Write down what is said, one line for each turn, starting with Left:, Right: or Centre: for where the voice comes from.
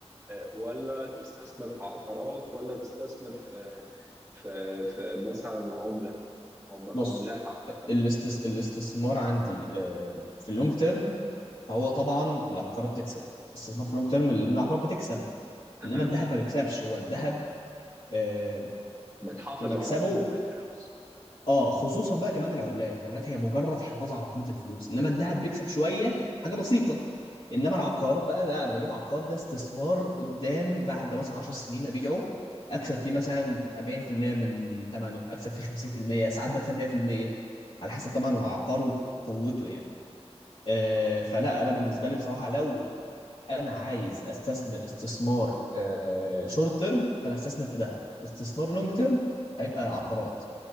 Right: آه، ولا تستثمر في عقارات ولا تستثمر في في في مثلا عملة عم- عملات
Left: بص
Right: عامة
Left: الاستس... الاستثمار عندي آه، في اللونج تيرم فهو طبعا العقارات تكسب الاستثمار في اللونج تيرم اللي العقارات بتكسب
Right: تمام
Left: انما الذهب ما بيكسبش هو الذهب آه،
Right: بتحافظ
Left: مكسبه
Right: على قيمة الفلوس
Left: اه خصوصا بقى كمان العملات العملات هي مجرد حفاظ على قيمه الفلوس انما الذهب بيكسب شويه حاجه بسيطه انما
Right: اه
Left: العقار بقى لا انا بجيب عقار ده استثمار قدام بعد مثلا 10 سنين ابيعه اكسب فيه
Right: اي
Left: مثلا 40% من ثمنه اكسب فيه 50% ساعات بكسب 100% على حسب طبعا
Right: م،
Left: العقار وقوته يعني آه
Right: اه
Left: فلا انا بالنسبه لي بصراحه لو انا عايز استثمر استثمار آه شورت تيرم فانا هستثمر في ذهب استثمار لونج تيرم هيبقى عقارات